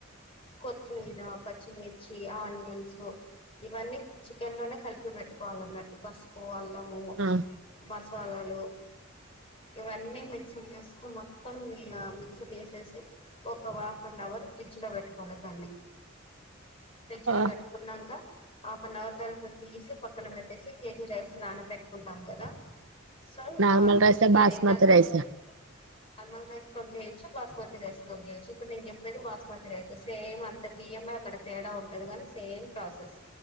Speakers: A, on the left; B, on the right.
A: కొత్తిమీర పచ్చిమిర్చి ఆనియన్సు ఇవన్నీ చికెన్ లోనే కలిపి పెట్టుకోవాలన్నట్టు ఫస్ట్ పు అల్లం
B: ఆ
A: పస్ సాలలు ఇవన్నీ మిక్సీ చేస్త మొత్తం మిక్సీ కెసేసి ఒక హాఫ్ అన్ అవర్ ఫ్రిడ్జ్లో పెట్టుకోవాలి దాన్ని ఫ్రిడ్జ్
B: ఆ.
A: లో పెట్టుకున్నంక హాఫ్ అన్ అవర్ తరవాత తీసి పక్కన పెట్టేసి కేజీ రైస్ నానా పెట్టుకుంటాం కదా సొ
B: నార్మల్
A: మర్చిపోయిన
B: రైసా బాస్మతి
A: ఇందాక
B: రైసా
A: నార్మల్ రైస్ తోని చేయొచ్చు బాస్మతి రైస్ తోని చేయొచ్చు ఇప్పుడు నేను చెప్పేది బాస్మతి రైస్ సేమ్ అంత బియ్యం అక్కడ తేడా ఉంటది గానీ సేమ్ ప్రాసెస్